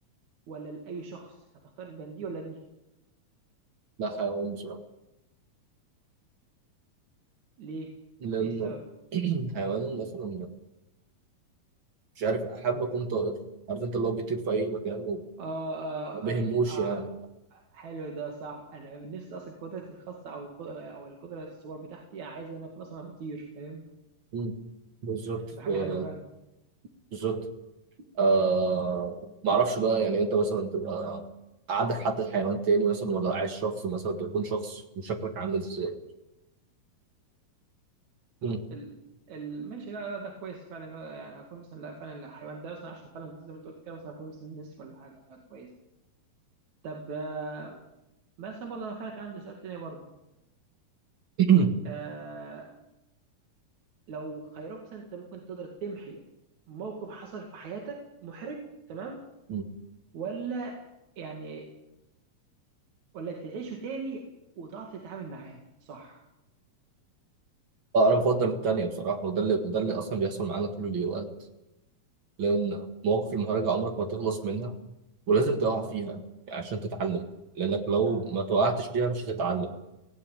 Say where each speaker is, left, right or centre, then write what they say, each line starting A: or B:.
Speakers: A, on the right; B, on the right.
A: ولا لأي شخص هتختار بين دي ولا دي
B: لا حيوان بصراحه
A: ليه
B: لان
A: ايه السبب
B: <clears throat> حيوان مثلا مش عارف حابب اكون طائر عارف انت اللي هو بيطير في اي مكان وما
A: اه اه,
B: بيهموش
A: آه, آه
B: يعني
A: حلو ده صعب انا من نفسي اصلا قدرتي الخاصه او القدرة- او القدره السوبر بتاعتي عايز ان انا اكون اصلا بطير فاهم
B: م. بالظبط
A: هتبقى حاجه
B: آه،
A: حلوه فعلا
B: بالظبط آه معرفش بقى يعني انت مثلا تبقى عندك حد حيوان تاني مثلا ولا عايش شخص مثلا تكون شخص وشكلك عامل ازاي مم.
A: ال... ال... ماشي لا, لا ده كويس فعلا إن أنا يعني اكون مثلا لا فعلا الحيوان ده مثلا عشان فعلا زي ما انت قلت كده مثلا اكون مثلا نسر ولا حاجه ده كويس طب آه، مثلا برضه انا فعلا كان عندي سؤال تاني برضه
B: <clears throat>
A: آه لو خيروك مثلا انت ممكن تقدر تمحي موقف حصل في حياتك محرج تمام
B: مم.
A: ولا يعني ولا تعيشه تاني وتعرف تتعامل معاه صح
B: اه انا بفضل التانية بصراحة وده اللي وده اللي اصلا بيحصل معانا طول الوقت لان مواقف المهرجة عمرك ما تخلص منها ولازم تقع فيها عشان تتعلم لانك لو
A: لا،
B: ما توقعتش فيها مش هتتعلم